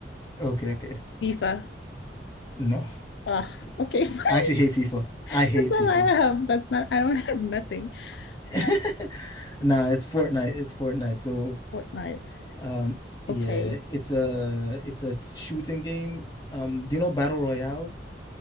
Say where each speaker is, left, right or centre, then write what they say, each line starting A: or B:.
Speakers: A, on the left; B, on the left.
A: okay, okay.
B: FIFA.
A: No,
B: Ugh, okay. <laughs>
A: I actually hate FIFA.
B: That's
A: I hate
B: all
A: FIFA.
B: I have. That's not I don't have nothing.
A: <laughs>
B: Uh,
A: Nah, it's Fortnite. It's Fortnite. So,
B: Fortnite.
A: um, yeah,
B: Okay.
A: it's a it's a shooting game. Um, do you know Battle Royales?